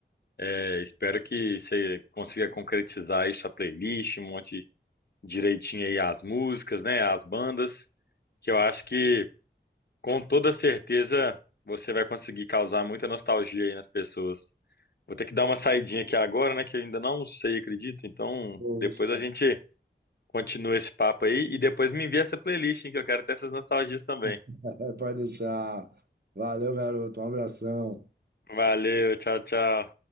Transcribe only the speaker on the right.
Poxa,
<laughs> pode deixar. Valeu, garoto. Um abração.